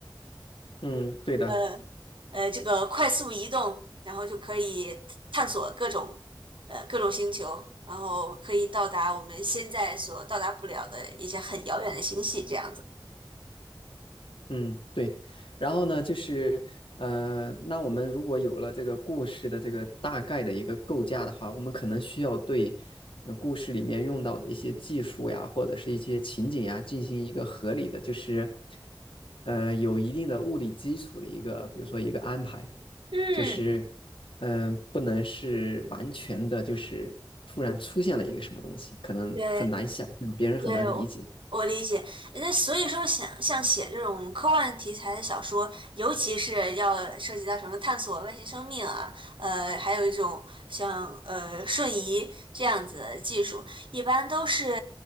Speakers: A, on the left; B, on the right.
A: 嗯，对的。
B: 呃呃这个快速移动，然后就可以探索各种呃各种星球，然后可以到达我们现在所到达不了的一些很遥远的星系，这样子。
A: 嗯，对。然后呢，就是呃，那我们如果有了这个故事的这个大概的一个构架的话，我们可能需要对呃故事里面用到的一些技术呀，或者是一些情景呀，进行一个合理的，就是呃有一定的物理基础的一个，比如说一个安排，
B: 嗯，
A: 就是嗯、呃不能是完全的，就是突然出现了一个什么东西，可能很难想象，
B: 对，
A: 别人很难理解。
B: 对，我我理解。那所以说想，像写这种科幻题材的小说，尤其是要涉及到什么探索外星生命啊，呃，还有一种像呃瞬移这样子的技术，一般都是